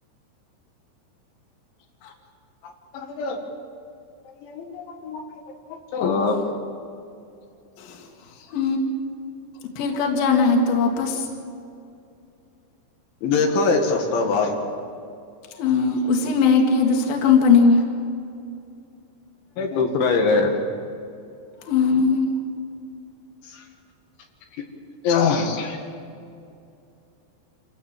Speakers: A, on the left; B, on the left.
A: ہاں
B: ا
A: <inaudible> پھر کب جانا ہے تو واپس
B: دیکھو ایک سپتح بعد
A: ا اسی میںیک یا دوسرے کمپنی میں
B: دوسرا ہے گا یار
A: ہمم
B: <inaudible>